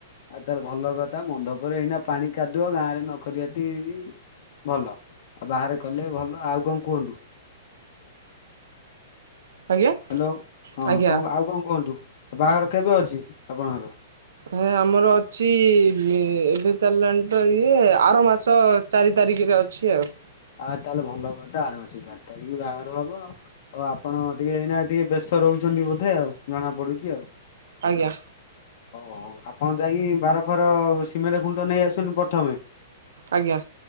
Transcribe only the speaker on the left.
ଆଉ ତାରେ ଭଲ କଥା। ମଣ୍ଡପରେ ଏଇନା ପାଣି କାଦୁଅ ଗାଁରେ ନ କରିବାଟି ବି ଭଲ। ଆଉ ବାହାରେ କଲେ ଭଲ। ଆଉ କଣ କୁହନ୍ତୁ?
ହ୍ୟାଲୋ ହଁ,
କଣ ଆଉ କଣ କୁହନ୍ତୁ, ବାହାଘର କେବେ ଅଛି ଆପଣଙ୍କର?
ଆଉ ତାହେଲେ ଭଲ କଥା, ଆର ମାସ ଚାରି ତାରିଖ ବାହାଘର ହବ ଆଉ। ଓ ଆପଣ ଟିକେ ଏଇନା ଟିକେ ବ୍ୟସ୍ତ ରହୁଛନ୍ତି ବୋଧେ ଆଉ ଜଣା ପଡୁଛି ଆଉ।
ଓହୋ, ଆପଣ ଯାଇକି ବାର ଫାର ସିମେଟ ଖୁଣ୍ଟ ନେଇ ଆସନ୍ତୁ ପ୍ରଥମେ।